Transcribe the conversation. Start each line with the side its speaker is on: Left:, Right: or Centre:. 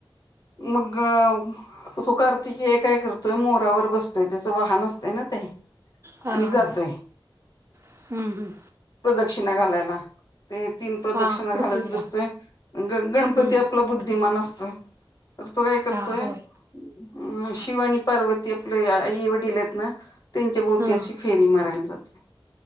Left: मगगऽ तो कार्तिकेय काय करतोय, मोरावर बसतोय, त्याचं वाहन असतय ना ते,
Right: हा
Left: आणि
Right: हा
Left: जातोय,,
Right: हम्म हम्म
Left: प्रदक्षिणा घालायला. ते तीन प्रदक्षिणा
Right: हा पृथ्वीला
Left: घालत बसतोय,, आणि ग गणपती
Right: हम्म
Left: आपला बुद्धिमान असतोय. तर तो काय करतोय,
Right: हा होय
Left: अ, शिवा आणि पार्वती आपल्या आई वडील आहेत ना. त्यांच्या भोवती
Right: हा
Left: अशी फेरी मारायला जातोय.